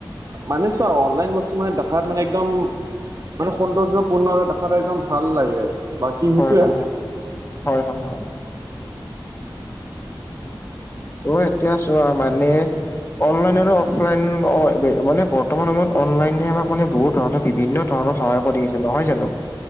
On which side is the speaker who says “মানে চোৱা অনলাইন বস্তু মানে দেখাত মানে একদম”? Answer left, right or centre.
Right